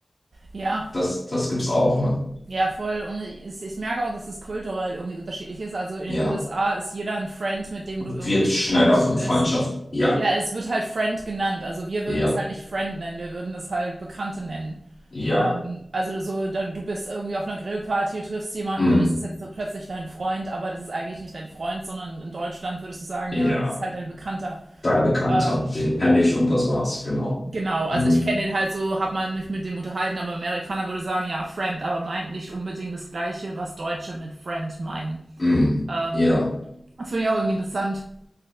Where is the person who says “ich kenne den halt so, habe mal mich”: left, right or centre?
Right